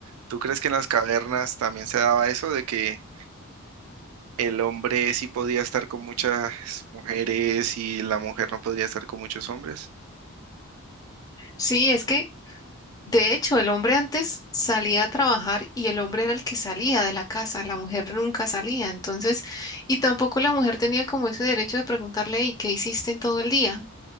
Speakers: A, on the right; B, on the left.
A: ¿tú crees que en las cavernas también se daba eso de que el hombre sí podía estar con muchas mujeres y la mujer no podría estar con muchos hombres?
B: sí, es que de hecho el hombre antes salía a trabajar y el hombre era el que salía de la casa, la mujer nunca salía, entonces, y tampoco la mujer tenía como ese derecho de preguntarle, ¿y qué hiciste en todo el día?